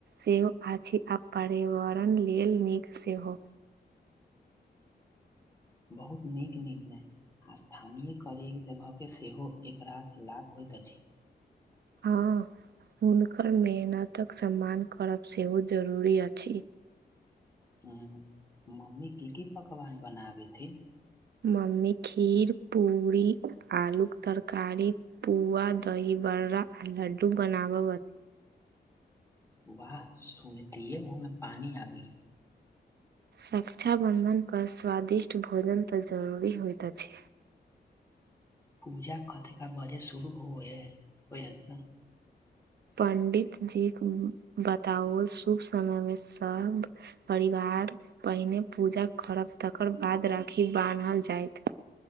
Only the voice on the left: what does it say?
बहुत नीक निर्णय। स्थानीय करीब लेभके सेहो एकरास लाभ होइत अछि।
हुं मम्मी की की पकवान बनाबैत ऐय?
वाह सुनतिये मुँह में पानी आबी गेल।
पूजा कते क बजे शुरू होय होयत ने?